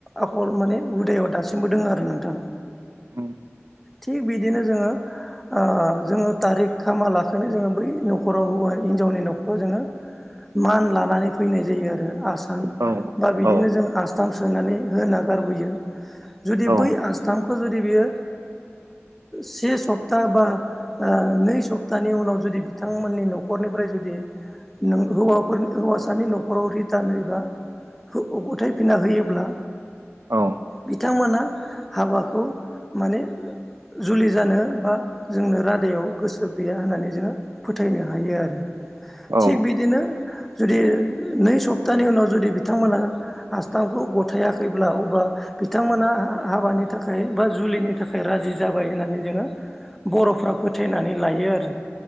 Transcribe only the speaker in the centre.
आखल माने हुदायाव दासिमबो दङ आरो नोंथां
थिग बिदिनो जोङो जोङो थारिख खामा लाखैनो जोङो बै न'खराव हौवा हिनजावनि न'खराव जोङो मान लानानै फैनाय जायो आरो आसार
बा बिदिनो
जों आसथाम सोनानै होना गारबोयो जुदि
बै आसथ खौ जुदि बियो से सप्ता बा नै सप्तानि उनाव जुदि बिथांमोननि न'खरनिफ्राय जुदि हौवाफोरनि हौवासानि न'खराव रिटार्न होयोबा गथाय फैना होयोब्ला
बिथांमोना हाबाखौ माने जुलि जानो बा जोंनो रादायाव गोसो गैया होननानै जोङो फोथायनो हायो आरो
थिग बिदिनो जुदि नै सप्तानि उनाव जुदि बिथांमोना आसथामखौ गथायाखैब्ला अबबा बिथांमोना हाबानि थाखाय बा जुलिनि थाखाय राजि जाबाय होननानै जोङो बर'फ्रा फोथायनानै लायो आरो